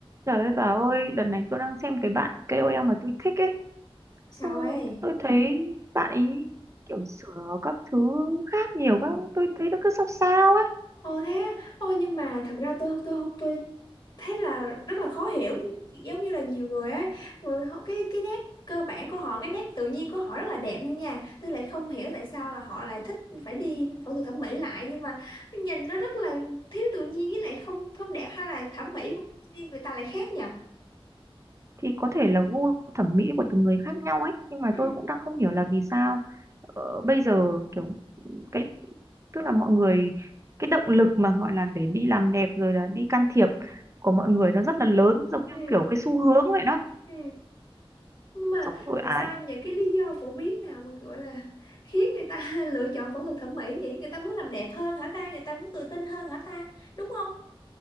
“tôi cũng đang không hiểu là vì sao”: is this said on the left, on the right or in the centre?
Right